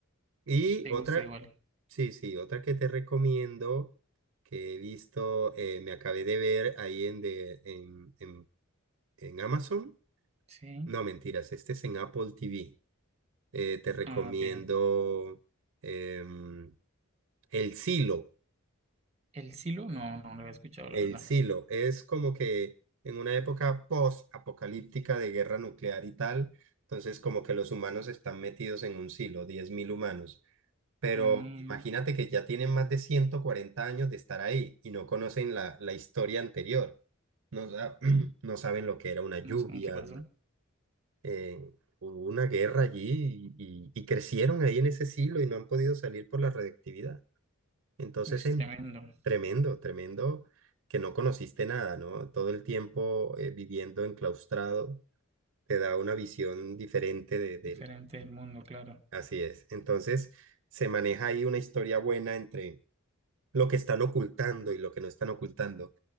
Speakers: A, on the right (about 60°); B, on the right (about 30°).
A: Y
B: te
A: otra,
B: gusta igual.
A: sí, sí, otra que te recomiendo, que he visto, eh, me acabé de ver ahí en, de, en, en, en Amazon.
B: Sí.
A: No, mentiras, este es en Apple TV. Eh, te recomiendo
B: Ah, ok.
A: em, El Silo.
B: El silo, no, no lo había escuchado, la
A: El
B: verdad.
A: Silo es como que en una época post-apocalíptica de guerra nuclear y tal, entonces como que los humanos están metidos en un silo, 10.000 humanos. Pero
B: Mm,
A: imagínate que ya tienen más de 140 años de estar ahí y no conocen la, la historia anterior. No, sa- <clears throat> no saben lo que era una lluvia,
B: no sé en qué pasó.
A: n- eh, hubo una guerra allí y, y- y crecieron ahí en ese siglo y no han podido salir por la radiactividad. Entonces,
B: Es
A: en-
B: tremendo.
A: tremendo, tremendo que no conociste nada, ¿no? Todo el tiempo eh, viviendo enclaustrado te da una visión diferente de, del-
B: Diferente del mundo, claro.
A: Así es. Entonces, se maneja ahí una historia buena entre lo que están ocultando y lo que no están ocultando.